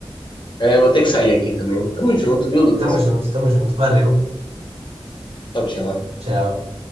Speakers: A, on the left; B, on the right.
A: É, vou ter que sair aqui também. Tamo
B: Fe-
A: junto, viu, Lucas?
B: Tamo junto, tamo junto, valeu,
A: Tchau, tchau.
B: tchau.